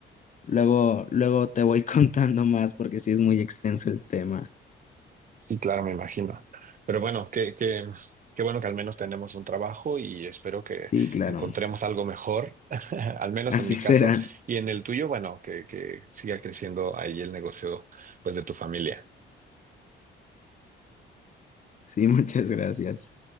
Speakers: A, on the left; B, on the right.
A: luego, luego te voy <laughs> contando más porque sí es muy extenso el tema.
B: sí, claro, me imagino. Pero bueno, qué, qué, qué bueno que al menos tenemos un trabajo y espero que
A: Sí, claro,
B: encontremos algo mejor, <laughs> al menos
A: así
B: en mi
A: <laughs>
B: caso,
A: será.
B: y en el tuyo, bueno, que, que siga creciendo ahí el negocio, pues, de tu familia.
A: Sí, muchas gracias.